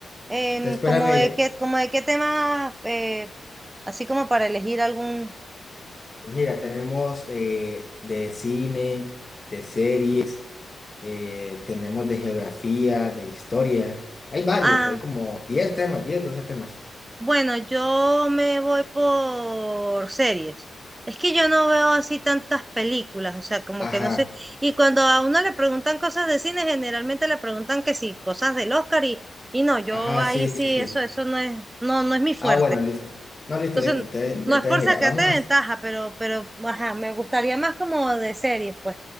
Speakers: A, on the right (about 20°); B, on the left (about 25°).
A: Em,
B: Entonces, espérame,
A: ¿cómo de
B: ya-
A: qué, como de qué tema, eh, así como para elegir algún...
B: Pues Mira, tenemos eh, de cine, de series, eh, tenemos de geografía, de historia. Hay varios,
A: Ah,
B: hay como 10 temas, 10, 12 temas.
A: bueno, yo me voy por series. Es que yo no veo así tantas películas, o sea, como
B: Ajá,
A: que no sé. Y cuando a uno le preguntan cosas de cine, generalmente le preguntan que sí, cosas del Oscar y, y no, yo
B: ajá,
A: ahí
B: sí,
A: sí,
B: sí, sí.
A: eso, eso no es, no, no es mi fuerte.
B: Ah, bueno, listo. No, listo,
A: Entonces,
B: listo. Entonces,
A: no
B: entonces,
A: es por
B: mira,
A: sacarte
B: vamos a...
A: ventaja, pero, pero, ajá, me gustaría más como de series, pues.